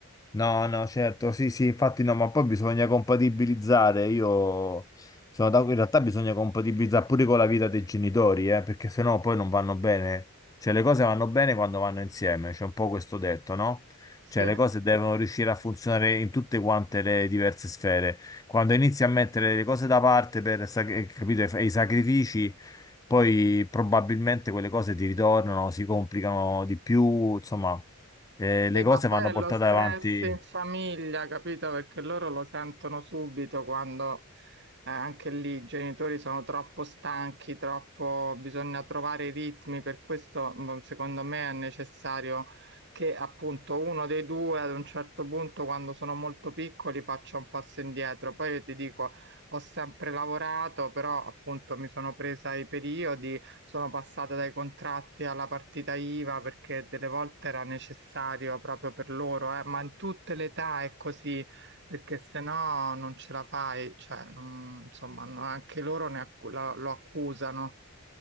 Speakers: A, on the left (about 15°); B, on the right (about 50°).
A: No, no, certo, sì, sì, infatti no, ma poi bisogna compatibilizzare, io sono da... in realtà bisogna compatibilizzare pure con la vita dei genitori, eh, perché sennò poi non vanno bene, cioè le cose vanno bene quando vanno insieme, c'è un po' questo detto, no?
B: Sì.
A: Cioè le cose devono riuscire a funzionare in tutte quante le diverse sfere, quando inizi a mettere le cose da parte per, sac- capito, e i sacrifici, poi probabilmente quelle cose ti ritornano, si complicano di più, insomma, eh,
B: Sì,
A: le
B: ma
A: cose
B: poi
A: vanno
B: è
A: portate
B: lo stress
A: avanti.
B: in famiglia, capito? Perché loro lo sentono subito quando eh, anche lì i genitori sono troppo stanchi, troppo... bisogna trovare i ritmi, per questo mh, secondo me è necessario che appunto uno dei due ad un certo punto, quando sono molto piccoli, faccia un passo indietro. Poi io ti dico, ho sempre lavorato, però appunto mi sono presa i periodi sono passate dai contratti alla partita IVA perché delle volte era necessario proprio per loro, eh, ma in tutte le età è così, perché se no non ce la fai, cioè, non- insomma, no- anche loro ne accu- la- lo accusano